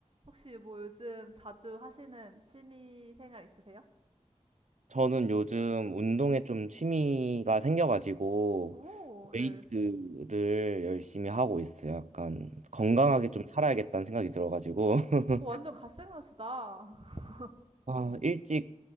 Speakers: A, on the right; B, on the right.
A: 혹시 뭐 요즘 자주 하시는 취미 생활 있으세요?
B: 저는 요즘 운동에 좀 취미가 생겨가지고
A: 오,
B: 웨이트를
A: 네.
B: 열심히 하고 있어요. 약간 건강하게
A: 오,
B: 좀 살아야겠다는 생각이 들어가지고 <laughs>
A: 어, 완전 갓생러시다. <laughs>
B: 아, 일찍